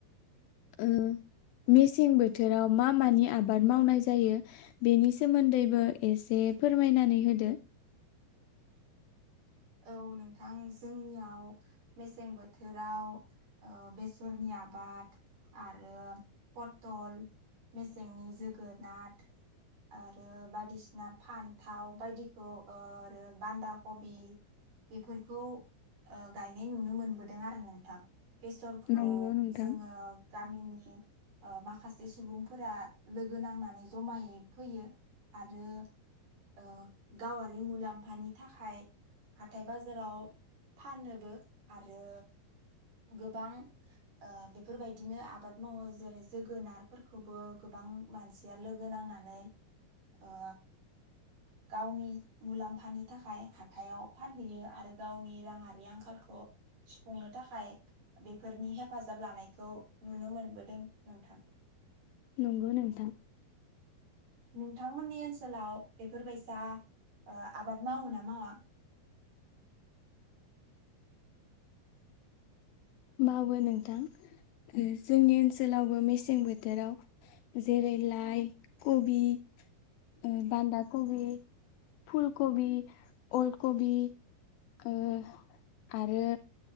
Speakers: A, on the left; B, on the right.
A: ओ मेसें बोथोराव मा मानि आबाद मावनाय जायो बेनि सोमोन्दैबो एसे फोरमायनानै होदो
B: औ नोंथां जोंनियाव मेसें बोथोराव ओ बेसरनि आबाद आरो पथल मेसेंनि जोगोनाथ आरो बायदिसिना फान्थाव बायदिखौ ओ आरो बान्दा कबि बेफोरखौ गायनाय ओ नुनो मोनबोदों आरो नोंथां बेसरखौ
A: नंगौ नोंथां
B: जोङो गामिनि ओ माखासे सुबुंफोरा लोगो नांनानै जमायै फैयो आरो ओ गावारि मुलाम्फानि थाखाय हाथाय बाजाराव फानोबो आरो गोबां ओ बेफोरबायदिनो आबाद मावो जेरै जोगोनारफोरखौबो गोबां मानसिया लोगो नांनानै ओ गावनि मुलाम्फानि थाखाय हाथायाव फानहैयो आरो गावनि राङारि आंखालखौ सुफुंनो थाखाय बेफोरनि हेफाजाब लानायखौ नुनो मोनबोदों नोंथां
A: नोंगौ नोंथां
B: नोंथांमोननि ओनसोलाव बेफोरबायसा आबाद मावो ना मावा
A: मावो नोंथां जोंनि ओनसोलावबो मेसें बोथोराव जेरै लाइ कबि ओ बान्दा कबि फुलकबि अलकबि ओ आरो